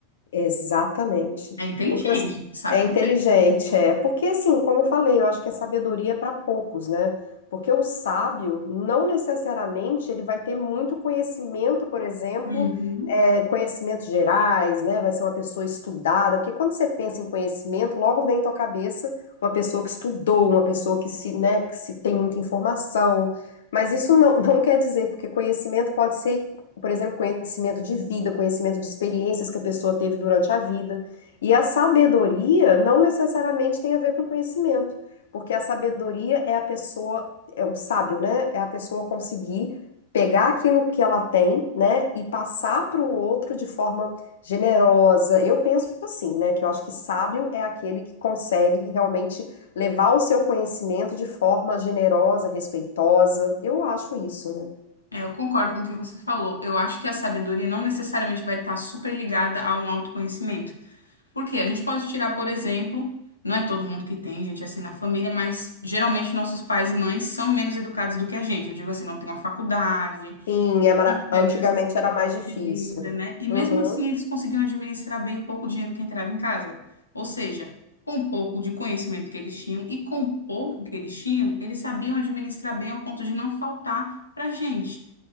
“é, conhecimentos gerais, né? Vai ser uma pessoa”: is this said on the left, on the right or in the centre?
Left